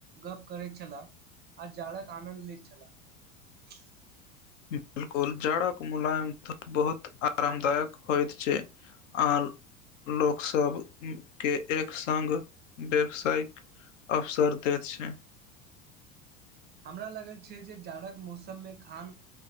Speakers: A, on the right; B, on the left.
A: गप्प करैत छलाह आ जाड़क आनन्द लैत छलाह।
B: बिल्कुल, जाड़क मुलायम बहुत आरामदायक होइत छै आ लोकसभकेँ एक सङ्ग व्यवसायिक अवसर दैत छै।
A: हमरा लगैत छै जे जाड़क मौसममे खान